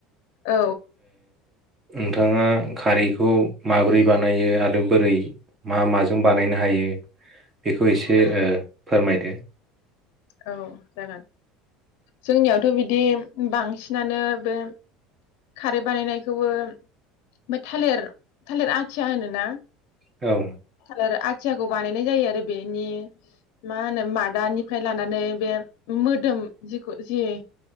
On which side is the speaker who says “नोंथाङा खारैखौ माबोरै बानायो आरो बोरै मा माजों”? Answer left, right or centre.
Right